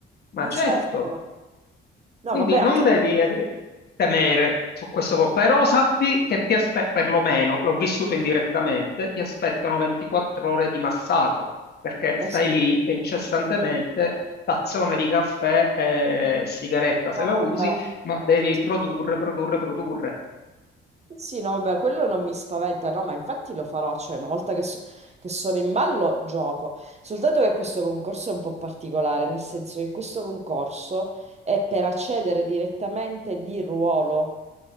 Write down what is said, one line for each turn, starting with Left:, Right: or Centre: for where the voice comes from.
Left: ma
Right: ma
Left: certo.
Right: certo, no
Left: Quindi
Right: vabbè, anche
Left: non devi
Right: per...
Left: eh, temere su questo, po- però sappi che ti aspettano, perlomeno l'ho vissuto indirettamente, ti aspettano 24 ore di massacro, perché stai
Right: Eh sì,
Left: lì
Right: no
Left: e incessantemente, tazzone di caffè e sigaretta
Right: vabbè,
Left: se la usi, ma devi
Right: sì, sì,
Left: produrre, produrre, produrre.
Right: Sì, no vabbè, quello non mi spaventa, no, ma infatti lo farò, cioè una volta che, so- che sono in ballo gioco, soltanto che questo concorso è un po' particolare, nel senso che questo concorso è per accedere direttamente di ruolo.